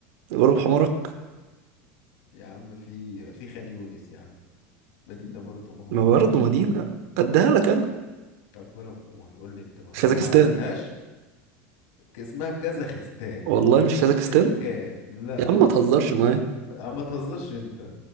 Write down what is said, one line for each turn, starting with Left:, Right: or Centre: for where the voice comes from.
Right: غلب حمارك
Left: يا عم في في خان يونس يا عم مدينة برضو ما هو
Right: ما
Left: مفيش
Right: برضه مدينة
Left: بلاد
Right: اديها لك انا
Left: طب غلب حماري قول لي انت بقى
Right: خازكستان
Left: لو ما عرفتهاش ك- اسمها كازاخستان
Right: والله مش كازاخستان
Left: بالكاف لا
Right: يا عم ما تهزرش معايا
Left: آه، ما تهزرش انت